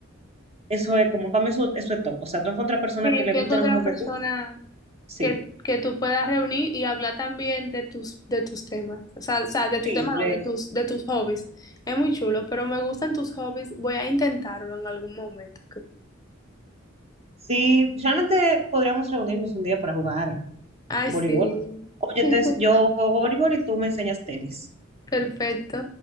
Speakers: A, on the right; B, on the left.
A: eso es como, para mí eso, eso es top. O sea, tú encuentras personas
B: Sí,
A: que le
B: tú
A: gusta
B: encuentras
A: lo mismo
B: personas.
A: que tú, sí,
B: que, que tú puedas reunir y hablar también de tus, de tus temas. O sea, o sea, de
A: sí,
B: tu tema,
A: de-
B: no, de tus, de tus hobbies. Es muy chulo, pero me gustan tus hobbies. Voy a intentarlo en algún momento.
A: sí, realmente podríamos reunirnos un día para jugar
B: Ay,
A: voleibol.
B: sí.
A: Oye,
B: <laughs>
A: te- yo juego voleibol y tú me enseñas tenis.
B: Perfecto.